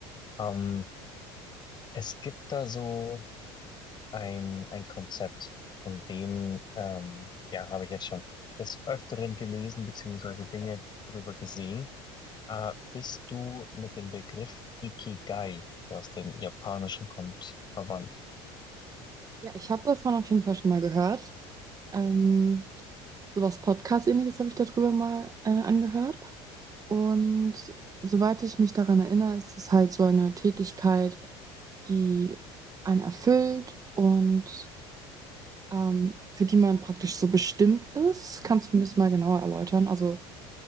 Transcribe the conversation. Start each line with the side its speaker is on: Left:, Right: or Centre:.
Left: Ähm, es gibt da so ein, ein Konzept, von dem, ähm, ja, habe ich jetzt schon des Öfteren gelesen, beziehungsweise Dinge darüber gesehen. Äh, bist du mit dem Begriff Ikigai, der aus dem Japanischen kommt, verwandt?
Right: Ja, ich habe davon auf jeden Fall schon mal gehört. Ähm, sowas Podcast-ähnliches habe ich darüber mal äh, angehört. Und soweit ich mich daran erinnere, ist es halt so eine Tätigkeit, die einen erfüllt und ähm, für die man praktisch so bestimmt ist. Kannst du mir das mal genauer erläutern? Also